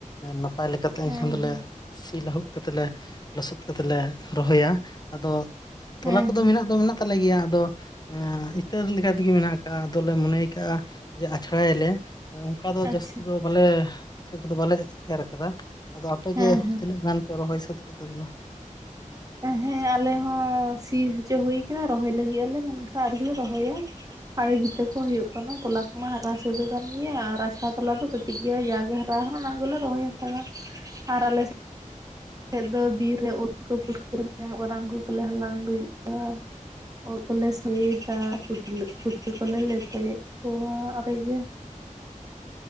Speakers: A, on the left; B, on the right.
A: ᱱᱟᱯᱟᱭ ᱞᱮᱠᱟᱛᱮ
B: ᱦᱮᱸ
A: ᱮᱱᱠᱷᱟᱱ ᱫᱚᱞᱮ
B: ᱦᱮᱸ
A: ᱥᱤ ᱞᱟᱹᱦᱩᱫ ᱠᱟᱛᱮ ᱞᱮ ᱞᱚᱥᱚᱫ ᱠᱟᱛᱮ ᱞᱮ ᱨᱚᱦᱚᱭᱟ ᱟᱫᱚ ᱛᱚᱞᱟ
B: ᱦᱮᱸ
A: ᱠᱚᱫᱚ
B: ᱦᱮᱸ
A: ᱢᱮᱱᱟᱜ ᱫᱚ ᱢᱮᱱᱟᱜ ᱛᱟᱞᱮ ᱜᱮᱭᱟ ᱟᱫᱚ ᱤᱛᱟᱹ ᱞᱮᱠᱟᱛᱮᱜᱮ ᱢᱮᱱᱟᱜ ᱠᱟᱜ ᱟ ᱟᱫᱚᱞᱮ ᱢᱚᱱᱮ ᱠᱟᱜᱼᱟ ᱡᱮ ᱟᱪᱷᱲᱟᱭ ᱟᱞᱮ ᱚᱱᱠᱟ ᱫᱚ
B: ᱟᱪᱪᱷᱟ
A: ᱡᱟᱹᱥᱛᱤ ᱫᱚ ᱵᱚᱞᱮ ᱤᱛᱟᱹ ᱠᱚᱫᱚ ᱵᱟᱞᱮ ᱮᱨ ᱠᱟᱫᱟ ᱟᱫᱚ ᱟᱯᱮ
B: ᱦᱮᱸ
A: ᱜᱮ
B: ᱦᱮᱸ
A: ᱛᱤᱱᱟᱹᱜ ᱜᱟᱱ ᱯᱮ ᱨᱚᱦᱚᱭ ᱥᱟᱹᱛ ᱠᱮᱫ ᱛᱟᱵᱚᱱᱟ
B: ᱦᱮᱸ ᱟᱞᱮ ᱦᱚᱸ ᱥᱤ ᱦᱚᱪᱚ ᱦᱩᱭ ᱠᱟᱱᱟ ᱨᱚᱦᱚᱭ ᱞᱟᱹᱜᱤᱫ ᱟᱞᱮ ᱢᱮᱱᱠᱷᱟᱱ ᱟᱣᱨᱤ ᱞᱮ ᱨᱚᱦᱚᱭᱟ ᱟᱲᱮ ᱵᱷᱤᱛᱟᱹ ᱠᱚ ᱦᱩᱭᱩᱜ ᱠᱟᱱᱟ ᱛᱚᱞᱟ ᱠᱚᱢᱟ ᱦᱟᱨᱟ ᱥᱟᱹᱛ ᱟᱠᱟᱱ ᱜᱮᱭᱟ ᱟᱨ ᱟᱪᱷᱲᱟ ᱛᱚᱞᱟ ᱫᱚ ᱠᱟ. ᱴᱤᱡ ᱜᱮᱭᱟ ᱡᱟ ᱜᱮ ᱦᱟᱨᱟ ᱠᱟᱱᱟ ᱚᱱᱟ ᱠᱚᱞᱮ ᱨᱚᱦᱚᱭ ᱦᱟᱛᱟᱲᱟ ᱟᱨ ᱟᱞᱮ ᱥᱮᱫ ᱟᱞᱮ ᱥᱮᱡ ᱫᱚ ᱵᱤᱨ ᱨᱮ ᱳᱫ ᱯᱩᱴᱠᱟᱹ ᱧᱟᱢᱚᱜ ᱠᱟᱱᱟ ᱩᱱᱠᱩ ᱠᱚᱞᱮ ᱦᱟᱞᱟᱝ ᱟᱹᱜᱩᱭᱮᱫ ᱠᱚᱣᱟ ᱳᱫ ᱠᱚᱞᱮ ᱥᱳᱲᱮᱫᱟ ᱯᱩᱴᱞᱤ ᱯᱩᱴᱠᱟᱹ ᱠᱚᱞᱮ ᱞᱮᱴᱚᱭᱮᱫ ᱠᱚᱣᱟ ᱟᱯᱮ ᱜᱮ